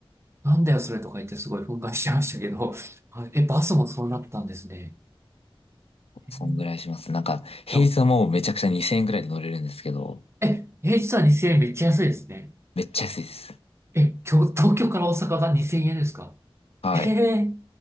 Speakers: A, on the right; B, on the left.
A: なんだよ、それとか言ってすごい憤慨してましたけど、はい、え、バスもそうなったんですね。えー
B: そんぐらいします。なんか、平日はもうめちゃくちゃ2000円ぐらいで乗れるんですけど、
A: だ、え、平日は2000円めっちゃ安いですね。
B: めっちゃ安いです。
A: え、今日、東京から大阪が2000円ですか
B: はい。
A: <laughs> ええ